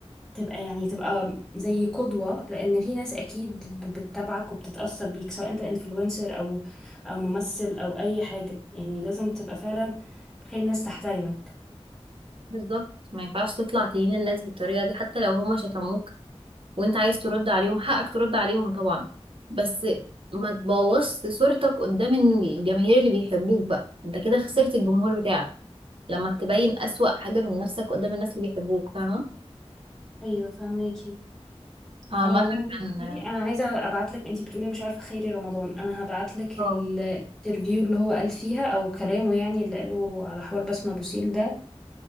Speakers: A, in the centre; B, on the right (about 55°).
A: تبقى يعني تبقى زي قدوة لأن في ناس أكيد ب- بتتابعك وبتتأثر بيك سواء أنت انفلونسر أو أو ممثل أو أي حاجة يعني لازم تبقى فعلا تخلي الناس تحترمك
B: بالظبط ما ينفعش تطلع تهين الناس بالطريقة دي حتى لو هما شتموك وأنت عايز ترد عليهم حقك ترد عليهم طبعا بس ما تبوظش صورتك قدام الجماهير اللي بيحبوك بقى أنت كده خسرت الجمهور بتاعك لما تبين أسوأ حاجة من نفسك قدام الناس اللي بيحبوك فاهمة
A: أيوة فهماكي
B: عامة
A: على العموم بصي
B: كان
A: أنا عايزة أبعتلك أنتي بتقولي مش عارفة خيري رمضان أنا هبعتلك
B: اه
A: الانترفيو اللي هو قال فيها أو كلامه يعني اللي قاله على حوار بسمة بوسيل ده